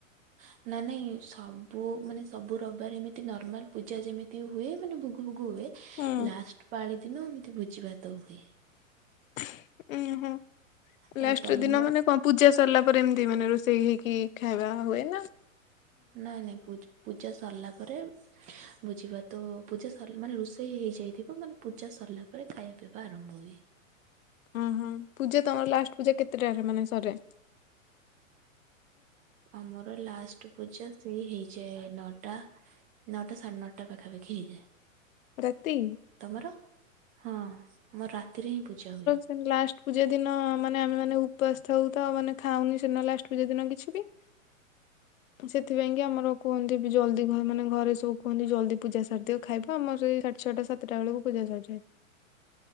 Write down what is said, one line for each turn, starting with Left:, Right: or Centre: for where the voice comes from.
Right: <inaudible> ନା ନାଇଁ ସବୁ ମାନେ ସବୁ ରବିବାର ଏମିତି ନର୍ମାଲ ପୂଜା ଯେମିତି ହୁଏ ମାନେ ଭୋଗ ଭୋଗ ହୁଏ
Left: ହୁଁ
Right: ଲାଷ୍ଟ ପାଳିଦିନ ଏମିତି ଭୋଜିଭାତ ହୁଏ।
Left: ଉଁ ହୋ
Right: ଆଉ
Left: ଲାଷ୍ଟ
Right: ତମ
Left: ଦିନ ମାନେ କଁ ପୂଜା ସରିଲା ପରେ ଏମିତି ମାନେ ରୋଷେଇ ହେଇକି ଖାଇବା ହୁଏନା
Right: ନାଇଁ ନାଇଁ ପୂ ପୂଜା ସରିଲା ପରେ ଭୋଜିଭାତ ପୂଜା ସିଲ ମାନେ ରୋଷେଇ ହେଇଯାଇଥିବ ମାନେ ପୂଜା ସରିଲା ପରେ ଖାଇବା ପିଇବା ଆରମ୍ଭ ହୁଏ।
Left: ଉଁ ହୁଁ ପୂଜା ତମର ଲାଷ୍ଟ୍ ପୂଜା କେତେଟାରେ ମାନେ ସରେ?
Right: ଆମର ଲାଷ୍ଟେ ପୂଜା ସେଇ ହେଇଯାଏ ନଅଟା ନଅଟା ସାଢେ ନଅଟା ପାଖାପାଖି ହେଇଯାଏ।
Left: ରାତି?
Right: ତମର ହଁ ଆମର ରାତିରେହିଁ ପୂଜା ହୁଏ।
Left: ସେ ଲାଷ୍ଟ ପୂଜା ଦିନ ମାନେ ଆମେ ମାନେ ଉପାସ ଥାଉତ ମାନେ ଖାଉନି ସିନା ଲାଷ୍ଟ ପୂଜା ଦିନ କିଛିବି
Right: <inaudible>
Left: ସେଥିପାଇଁକି ଆମର କୁହନ୍ତିବି ଜଲ୍ଦି ଘ ମାନେ ଘରେ ସବୁ କୁହନ୍ତି ଜଲ୍ଦି ପୂଜା ସାରିଦିଅ ଖାଇବ ଆମର ସେଇ ସାଢେ଼ ଛଟା ସାତଟା ବେଳକୁ ପୂଜା ସରିଯାଏ।